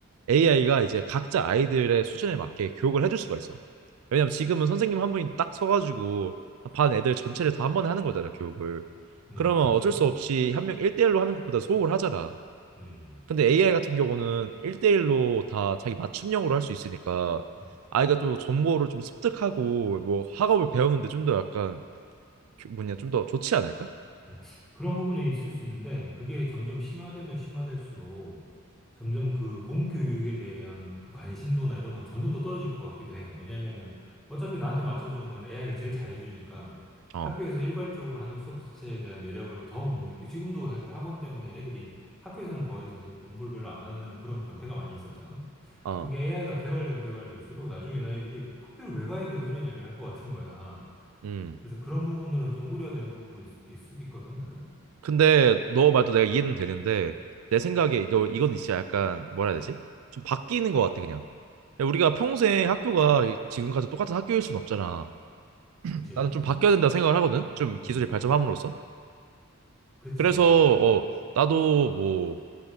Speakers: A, on the right (about 80°); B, in the centre.
A: AI가 이제 각자 아이들의 수준에 맞게 교육을 해줄 수가 있어. 왜냐면 지금은 선생님 한 분이 딱 서가지고 반 애들 전체를 다 한 번에 하는 거잖아, 교육을.
B: 음,
A: 그러면
B: 그렇지.
A: 어쩔 수 없이 한 명 일대일로 하는 것보다 소홀하잖아.
B: 음.
A: 근데 AI 같은 경우는 일대일로 다 자기 맞춤형으로 할 수 있으니까
B: 음.
A: 아이가 또 정보를 좀 습득하고 뭐 학업을 배우는데 좀 더 약간 교- 뭐냐 좀 더 좋지 않을까?
B: 음, 그런 부분은 있을 수 있는데 그게 점점 심화되면 심화될수록 점점 그 공교육에 대한 그 관심도나 이런 건 점점 더 떨어질 것 같기도 해. 왜냐면은 어차피 나한테 맞춰준 건 AI가 제일 잘해주니까
A: 어,
B: 학교에서 일괄적으로 하는 수업 자체에 대한 매력을 더 못 느끼고 지금도 사실 학원 때문에 애들이 학교에서는 거의 사실 공부를 별로 안 하는 그런 병폐가 많이 있었잖아.
A: 어,
B: 그게 AI가 개발되면 개발될수록 나중에는 애들이 학교를 왜 가야 돼요? 이런 얘기를 할 것 같은 거야.
A: 음.
B: 그래서 그런 부분들은 좀 우려되는 부분이 있, 있, 있거든, 나는.
A: 근데 너 말도 내가 이해는 되는데 내 생각에 이거 이건 진짜 약간 뭐라 해야 되지? 좀 바뀌는 것 같아 그냥. 그냥 우리가 평생 학교가 지금까지 똑같은 학교일 수는 없잖아.
B: 그렇지.
A: 나는 좀
B: 음,
A: 바뀌어야 된다 생각을 하거든. 좀
B: 음.
A: 기술이 발전함으로써.
B: 그렇지,
A: 그래서
B: 맞아.
A: 어
B: 음,
A: 나도 뭐